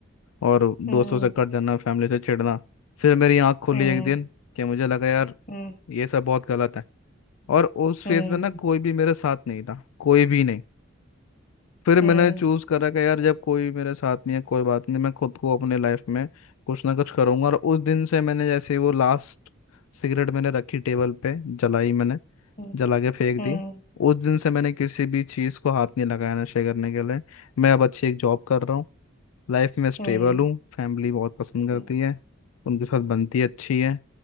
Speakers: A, on the left; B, on the left.
A: और
B: हम्म
A: दोस्तों से कट जाना फैमिली से चिढ़ना फिर मेरी आँख खुली
B: हम्म
A: एक दिन कि मुझे लगा यार
B: हम्म
A: ये सब बहुत गलत है और उस
B: हम्म
A: फेज में ना कोई भी मेरे साथ नहीं था कोई भी नहीं फिर मैंने
B: हम्म
A: चूज करा कि यार जब कोई मेरे साथ नहीं है कोई बात नहीं मैं खुद को अपने लाइफ में कुछ ना कुछ करूंगा और उस दिन से मैंने जैसे वो लास्ट सिगरेट मैंने रखी टेबल पे जलाई मैंने
B: हम्म
A: जला के फेंक
B: हम्म
A: दी उस दिन से मैंने किसी भी चीज़ को हाथ नहीं लगाया नशे करने के लिए मैं अब अच्छी एक जॉब कर रहा हूँ लाइफ में स्टेबल
B: हम्म
A: हूँ फैमिली बहुत पसंद करती
B: हम्म
A: है उनके साथ बनती अच्छी है